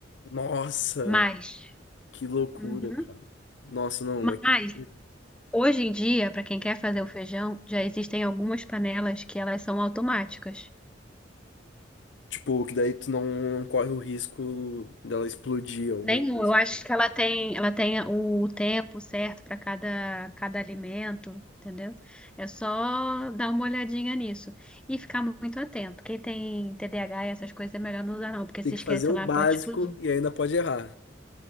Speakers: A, on the left; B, in the centre.
A: Nossa,
B: Mas.
A: que loucura,
B: Uhum.
A: cara. Nossa, não,
B: Mas
A: é que,
B: hoje em dia, para quem quer fazer o feijão, já existem algumas panelas que elas são automáticas.
A: tipo, que daí tu não corre o risco dela explodir, alguma
B: Nenhum,
A: coisa
B: eu acho
A: assim.
B: que ela tem, ela tem o tempo certo para cada, cada alimento, entendeu? É só dar uma olhadinha nisso e ficar muito atento. Quem tem TDAH e essas coisas é melhor não usar não, porque
A: Tem
B: se
A: que
B: esquece
A: fazer o
B: lá
A: básico
B: pode explodir.
A: e ainda pode errar.